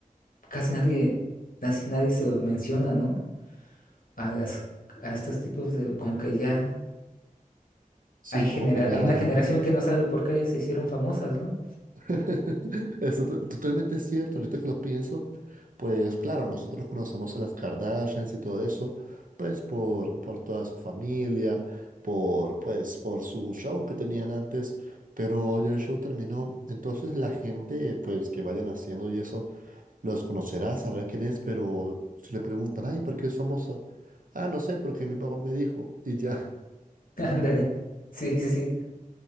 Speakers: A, on the left; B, on the right.
A: casi nadie, casi nadie se los menciona, ¿no? A las, a estos tipos de, como que ya
B: sí,
A: hay genera,
B: como que ya...
A: hay una generación que no sabe por qué se hicieron famosas, ¿no?
B: <laughs> Eso to- totalmente es cierto, ahorita que lo pienso, pues claro, nosotros conocemos a las Kardashians y todo eso, pues por, por toda su familia, por, pues, por su show que tenían antes, pero ya el show terminó, entonces la gente, pues que vayan haciendo y eso. Los conocerás, sabrán quién es, pero si le preguntan, ay, ¿por qué es famoso? Ah, no sé, porque mi papá me dijo y ya.
A: <laughs> Ándale. Sí, sí, sí.